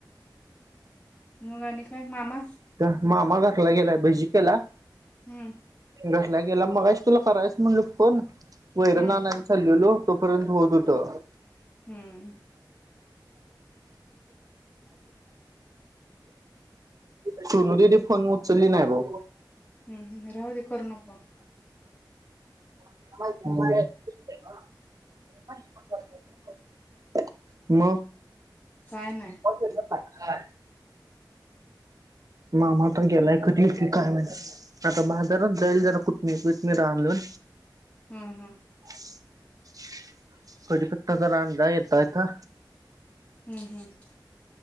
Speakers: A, on the left; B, on the right.
A: मग आणि काय मामा?
B: त्यात मामा घातला गेला. भजी केला?
A: हम्म
B: घरला गेला मगाशी तुला करायच म्हणलं फोन वैरण
A: हम्म
B: आणायला चाल्लेलो. तोपर्यंत होत हुतं.
A: हम्म
B: <unintelligible> <unintelligible> सोनु दीदी फोन उचलली नाही ब
A: हम्म राहू दे करू नको.
B: <unintelligible> <unintelligible> म
A: काय नाही
B: काॅल केलता? <unintelligible> मामा आता गेलाय कधी येतोय काय माहीत आता बाजारात जाईल जरा कुतमीर बितमीर आणल.
A: हम हम
B: <unintelligible> कढीपत्ता जरा आणला येता येता.
A: हम हम